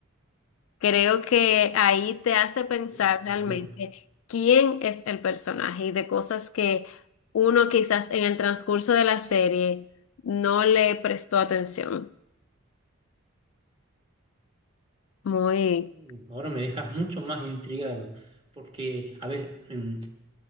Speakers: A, on the left; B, on the right.
A: Creo que ahí te hace pensar
B: Sí,
A: realmente
B: bueno.
A: quién es el personaje y de cosas que uno quizás en el transcurso de la serie no le prestó atención. Muy,
B: Mm, Ahora me dejas mucho más intrigado, porque, a ver, en,